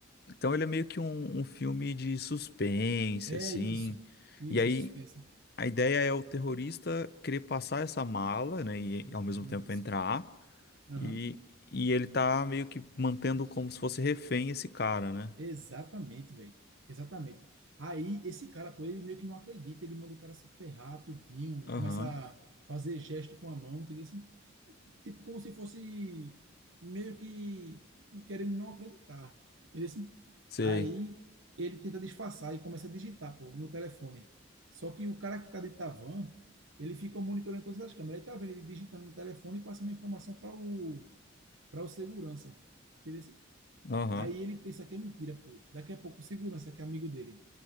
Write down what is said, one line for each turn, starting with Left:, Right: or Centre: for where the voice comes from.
Left: então ele é meio que um, um filme de suspense,
Right: É
Left: assim.
Right: isso, isso,
Left: E aí,
Right: é suspense.
Left: A ideia é o terrorista querer passar essa mala, né, e
Right: I-
Left: ao mesmo
Right: Isso.
Left: tempo entrar,
Right: Aham.
Left: e, e ele tá meio que mantendo como se fosse refém esse cara, né?
Right: Exatamente, velho. Exatamente. Aí, esse cara, pô, ele meio que não acredita, ele manda o cara se ferrar tudinho,
Left: Aham,
Right: começa a fazer gesto com a mão, entendeu? Assim, tipo, como se fosse meio que querendo não acreditar. Entendeu? Assim,
Left: sei.
Right: aí, ele tenta disfarçar e começa a digitar, pô, no telefone. Só que o cara que tá de Tavan, ele fica monitorando todas as câmeras. Aí tá vendo ele digitando no telefone e passando informação para o, para o segurança. Entendeu? Assim,
Left: Aham,
Right: Aí ele pensa que é mentira, pô. Daqui a pouco o segurança, que é amigo dele,